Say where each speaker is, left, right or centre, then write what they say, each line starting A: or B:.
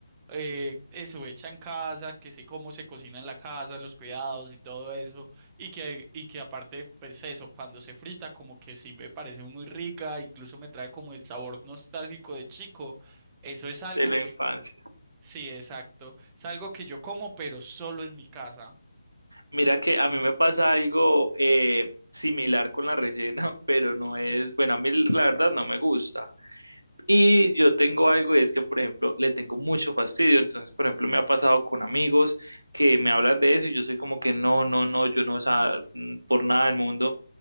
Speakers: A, on the right; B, on the right.
A: eh, eso hecha en casa, que sé cómo se cocina en la casa, los cuidados y todo eso, y que, y que aparte, pues eso, cuando se frita, como que sí me parece muy rica, incluso me trae como el sabor nostálgico de chico, eso es algo
B: de la
A: que,
B: infancia.
A: sí, exacto, es algo que yo como, pero solo en mi casa.
B: Mira que a mí me pasa algo eh, similar con la rellena, <laughs> pero no es, bueno, a mí la verdad no me gusta. Y yo tengo algo y es que, por ejemplo, le tengo mucho fastidio. Entonces, por ejemplo, me ha pasado con amigos que me hablan de eso y yo soy como que no, no, no, yo no, o sea, mm, por nada del mundo.